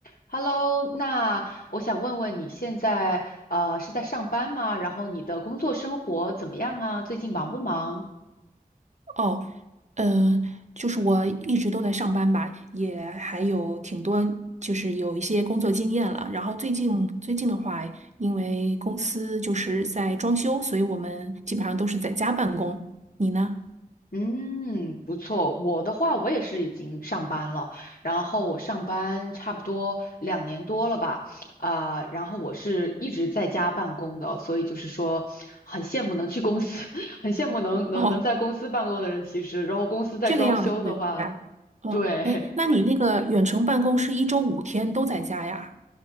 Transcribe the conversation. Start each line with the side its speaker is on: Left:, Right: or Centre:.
Left: Hello，那我想问问你现在呃是在上班吗？然后你的工作生活怎么样啊？最近忙不忙？
Right: 哦，呃，就是我一直都在上班吧，也还有挺多，就是有一些工作经验了。然后最近最近的话，因为公司就是在装修，所以我们基本上都是在家办公。你呢？
Left: 嗯，不错。我的话，我也是已经上班了，然后我上班差不多两年多了吧，啊、然后我是一直在家办公的，所以就是说很羡慕能去公司，<laughs> 很羡慕能能能在公司办公的人。
Right: 哦，
Left: 其实，然后公司在装修的话，
Right: 这个样子呀。哦，
Left: 对
Right: 哎，那你那个远程办公是一周五天都在家呀？